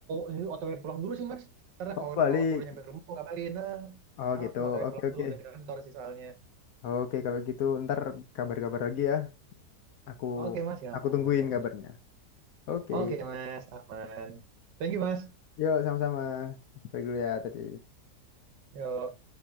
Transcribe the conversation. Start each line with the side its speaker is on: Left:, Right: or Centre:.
Right: ini OTW pulang dulu sih Mas. Karena
Left: Oh
Right: kalau
Left: balik.
Right: kalau aku udah nyampe rumah, aku kabarin. Nah,
Left: Oh
Right: sekarang
Left: gitu.
Right: aku mau OTW
Left: Oke
Right: pulang
Left: oke.
Right: dulu dari kantor sih soalnya.
Left: Oke kalau gitu ntar kabar-kabar lagi ya. Aku
Right: Oke Mas, gampang,
Left: aku tungguin
Right: gampang.
Left: kabarnya. Oke.
Right: Oke Mas, aman. Thank you Mas.
Left: Yuk sama-sama. Pergi dulu ya, Teti.
Right: Yo.